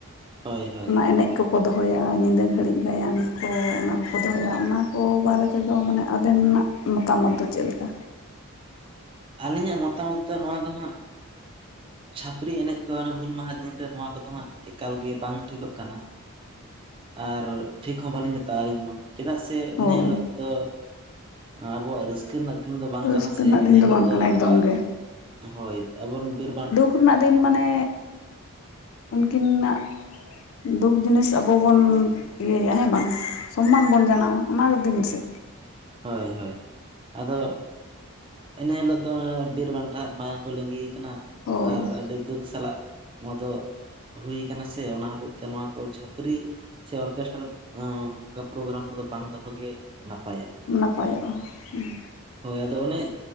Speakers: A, on the right; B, on the left.
A: ᱦᱳᱭ ᱦᱳᱭ
B: ᱚᱱᱟ ᱮᱱᱮᱡᱽ ᱠᱚᱠᱚ ᱫᱚᱦᱚᱭᱟ ᱧᱤᱫᱟᱹ ᱜᱷᱟᱹᱲᱤᱡ ᱜᱟᱭᱟᱱ ᱠᱚ ᱚᱱᱟ ᱠᱚᱠᱚ ᱫᱚᱦᱚᱭᱟ ᱚᱱᱟ ᱠᱚ ᱵᱟᱨᱮ ᱛᱮᱫᱚ ᱢᱟᱱᱮ ᱟᱵᱮᱱᱟᱜ ᱢᱚᱛᱟᱢᱚᱛ ᱫᱚ ᱪᱮᱫ ᱪᱮᱫ ᱞᱮᱠᱟ
A: ᱟᱹᱞᱤᱧᱟᱜ ᱢᱚᱛᱟᱢᱚᱛ ᱫᱚ ᱱᱚᱣᱟ ᱫᱚ ᱦᱟᱸᱜ ᱪᱷᱟᱹᱯᱚᱨᱤ ᱮᱱᱮᱡ ᱠᱚ ᱦᱩᱞ ᱢᱟᱦᱟ ᱫᱤᱱᱨᱮ ᱱᱚᱣᱟ ᱠᱚᱫᱚ ᱦᱟᱸᱜ ᱮᱠᱟᱞ ᱜᱮ ᱵᱟᱝ ᱴᱷᱤᱠᱚᱜ ᱠᱟᱱᱟ ᱟᱨ ᱴᱷᱤᱠ ᱦᱚᱸ ᱵᱟᱹᱞᱤᱧ ᱢᱮᱛᱟᱜᱼᱟ ᱟᱹᱞᱤᱧ ᱦᱚᱸ ᱪᱮᱫᱟᱜ ᱥᱮ
B: ᱦᱳᱭ
A: ᱤᱱᱟᱹ ᱦᱤᱞᱟᱹᱜ ᱫᱚ ᱟᱵᱚᱣᱟᱜ ᱨᱟᱹᱥᱠᱟᱹ ᱨᱮᱱᱟᱜ ᱫᱤᱱ ᱫᱚ ᱵᱟᱝ
B: ᱨᱟᱹᱥᱠᱟᱹ
A: ᱠᱟᱱᱟ ᱥᱮ
B: ᱨᱮᱱᱟᱜ
A: ᱮᱱᱟᱹ
B: ᱫᱤᱱ
A: ᱦᱤᱞᱟᱹᱜ
B: ᱵᱟᱝ
A: ᱫᱚ
B: ᱠᱟᱱᱟ
A: ᱟᱵᱚᱣᱟᱜ
B: ᱮᱠᱫᱚᱢ ᱜᱮ
A: ᱦᱳᱭ ᱟᱵᱚᱨᱮᱱ ᱵᱤᱨᱵᱟᱱ
B: ᱩᱱᱟᱹᱜ ᱫᱤᱱ ᱢᱟᱱᱮ ᱩᱱᱠᱤᱱᱱᱟᱜ ᱫᱩᱠ ᱡᱤᱱᱤᱥ ᱟᱵᱚ ᱵᱚᱱ ᱤᱭᱟᱹᱭᱟ ᱦᱮᱸ ᱵᱟᱝ ᱥᱚᱱᱢᱟᱱ ᱵᱚᱱ ᱡᱟᱱᱟᱣᱟ ᱚᱱᱟ ᱫᱤᱱ ᱥᱮ
A: ᱦᱳᱭ ᱦᱳᱭ ᱟᱫᱚ ᱮᱱᱟᱹ ᱦᱤᱞᱟᱹᱜ ᱫᱚ ᱵᱤᱨᱵᱟᱱᱴᱟ ᱢᱟᱭᱟᱝ ᱠᱩ ᱞᱤᱸᱜᱤᱭ ᱟᱠᱟᱱᱟ
B: ᱦᱳᱭ
A: ᱟᱨ ᱟᱹᱰᱤ ᱫᱩᱠ ᱥᱟᱞᱟᱜ ᱱᱚᱣᱟ ᱫᱚ ᱦᱩᱭ ᱟᱠᱟᱱᱟ ᱥᱮ ᱚᱱᱟ ᱦᱚᱛᱮᱡ ᱛᱮ ᱱᱚᱣᱟ ᱠᱚ ᱪᱷᱟᱹᱯᱨᱤ ᱥᱮ ᱚᱨᱠᱮᱥᱴᱟᱨ ᱚᱝᱠᱟ ᱯᱨᱳᱜᱨᱟᱢ ᱫᱚ ᱵᱟᱝ ᱫᱚᱦᱚ ᱜᱮ ᱱᱟᱯᱟᱭᱟ
B: ᱱᱟᱯᱟᱭᱚᱜᱼᱟ ᱦᱮᱸ
A: ᱦᱳᱭ ᱟᱫᱚ ᱚᱱᱮ